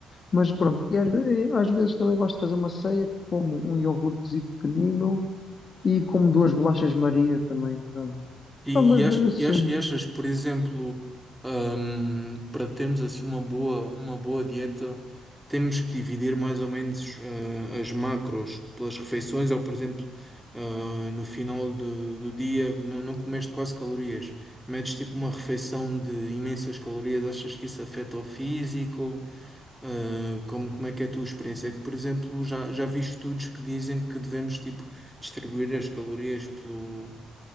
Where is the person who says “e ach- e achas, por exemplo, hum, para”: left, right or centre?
Centre